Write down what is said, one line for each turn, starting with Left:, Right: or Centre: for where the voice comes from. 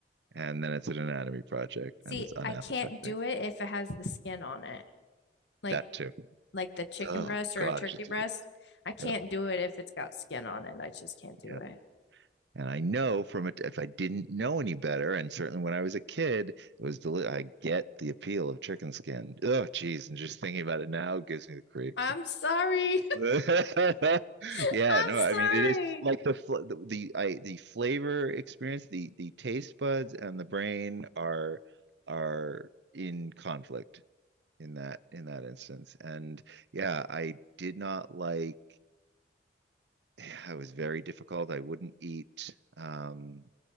Right: and then it's an anatomy project
Left: See,
Right: and it's unappetizing.
Left: I can't do it if it has the skin on it. Like
Right: That too.
Left: like the chicken
Right: Oh
Left: breast
Right: God,
Left: or a turkey
Right: it's just
Left: breast. I can't
Right: yeah,
Left: do it if it's got skin on it. I just can't do
Right: yeah.
Left: it.
Right: And I know from it, if I didn't know any better, and certainly when I was a kid, it was deli- I get the appeal of chicken skin. Oh, geez, and just thinking about it now gives me the creeps.
Left: I'm sorry.
Right: <laughs>
Left: <laughs>
Right: Yeah,
Left: I'm
Right: no,
Left: sorry.
Right: I mean it is like the fl the, the I the flavor experience, the the taste buds and the brain are are in conflict in that in that instance. And yeah, I did not like. <sighs> I was very difficult. I wouldn't eat um